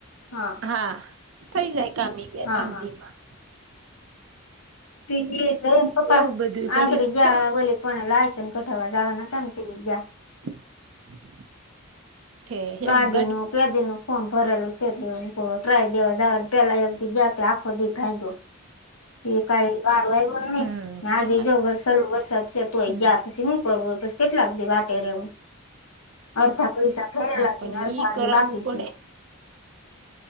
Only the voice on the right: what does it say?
હા થઈ જાય કામી
અણધી માં
એવું બધું ઘડીક
કેત
<inaudible> છે હેનું
હમ
એમાં
તો
હમ
હા પણ
ઈ
કરાવવું
પડે